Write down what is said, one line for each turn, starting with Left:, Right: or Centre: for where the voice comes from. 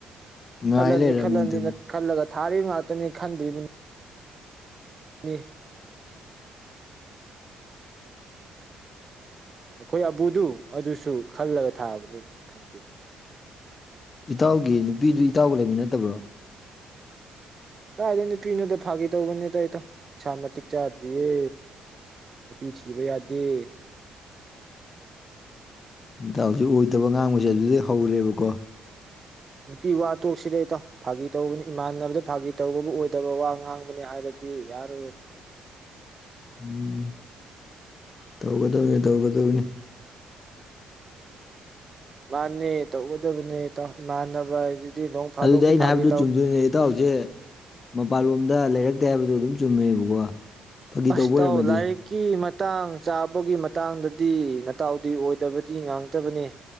Left: ꯉꯥꯏ
Right: ꯈꯜꯂꯅꯤ
Left: ꯂꯩꯔꯝꯃꯤ
Right: ꯈꯜꯂꯅꯤ
Left: ꯑꯗꯨꯝ
Right: ꯈꯜꯂꯒ ꯊꯥꯔꯤꯕ ꯉꯥꯛꯇꯅꯤ ꯈꯟꯗ꯭ꯔꯤꯕꯅꯤ ꯎ ꯑꯩꯈꯣꯏ ꯑꯕꯨꯗꯨ ꯑꯗꯨꯁꯨ ꯈꯜꯂꯒ ꯊꯥꯕꯅꯤ ꯈꯟꯗꯦ
Left: ꯏꯇꯥꯎꯒꯤ ꯅꯨꯄꯤꯗꯨ ꯏꯇꯥꯎꯒ ꯂꯩꯕꯤ ꯅꯠꯇꯕ꯭ꯔꯣ
Right: ꯀꯥꯏꯗ ꯅꯨꯄꯤꯅꯣꯗ ꯐꯥꯒꯦ ꯇꯧꯕꯅꯤꯗ ꯑꯩꯇ ꯁꯥ ꯃꯇꯤꯛ ꯆꯥꯗ꯭ꯔꯤꯌꯦ ꯐꯤ ꯊꯤ ꯋꯥ ꯌꯥꯗ
Left: ꯇ ꯍꯧꯖꯤꯛ ꯑꯣꯏꯗꯕ ꯉꯥꯡꯕꯁꯦ ꯑꯗꯨꯩ ꯍꯧꯔꯦꯕꯀꯣ
Right: ꯅꯨꯄꯤ ꯋꯥ ꯇꯣꯛꯁꯤꯗꯩꯇꯣ ꯐꯥꯒꯤ ꯇꯧꯕꯅꯤ ꯏꯃꯥꯟꯅꯕꯗ ꯐꯥꯒꯤ ꯇꯧꯕꯕꯨ ꯑꯣꯏꯗꯕ ꯋꯥ ꯉꯥꯡꯕꯅꯤ ꯍꯥꯏꯔꯗꯤ ꯗꯤ ꯌꯥꯔ ꯑꯣꯏꯣꯏ
Left: ꯎꯝ ꯇꯧꯒꯗꯧꯅꯤ ꯇꯧꯒꯗꯧꯅꯤ
Right: ꯃꯥꯅꯦ ꯇꯧꯒꯗꯕꯅꯤ ꯃꯥꯟꯅꯕ ꯍꯥꯏ ꯅꯣꯡ ꯐꯥꯗꯣꯛꯁꯨ
Left: ꯑꯗꯨꯗꯤ ꯑꯩꯅ
Right: ꯐꯥꯒꯤ
Left: ꯍꯥꯏꯕꯗꯨ ꯆꯨꯝꯗꯣꯏꯅꯦ ꯏꯇꯥꯎꯁꯦ ꯃꯄꯥꯟꯂꯣꯝꯗ ꯂꯩꯔꯛ ꯇꯦ ꯍꯥꯏꯕꯗꯣ ꯑꯗꯨꯝ ꯆꯨꯝꯃꯦꯕꯀꯣ ꯐꯥꯒꯤ
Right: ꯑꯁꯥꯎ
Left: ꯇꯧꯕ ꯑꯣꯏꯔꯝꯃꯗꯤ
Right: ꯂꯏꯀꯤ ꯃ ꯇꯥꯡ ꯆꯥꯕꯒꯤ ꯃꯇꯥꯡꯗꯗꯤ ꯇꯎꯗꯤ ꯑꯣꯏꯗꯕꯗꯤ ꯉꯥꯡꯇꯕꯅꯤ